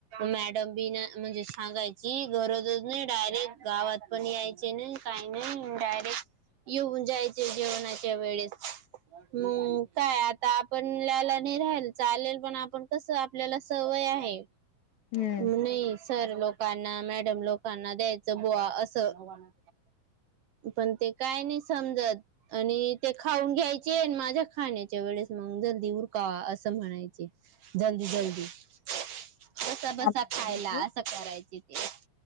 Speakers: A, on the right; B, on the left.
A: मॅडम बी ना म्हणजे सांगायची गरज नई डायरेक्ट गावात पण यायचे नाही काय नाही डायरेक्ट येऊन जायचे जेवणाच्या वेळेस
B: <inaudible>
A: म काय आता आपल्याला नाही राहिला चालेल आपण कस आपल्याला सवय हाय काय
B: हम्म
A: नाही सर लोक कांना मॅडम लोकांना द्यायचं बुवा असं पण ते काय नयी समजत आणि ते खाऊन घ्यायचे आणि माझ्या खाण्याच्या वेळेस मग जल्दी उरका असं म्हणायचे जल्दी जल्दी <inaudible> बसा बसा
B: त्या
A: खायला
B: दिवशी
A: असं करायचे ते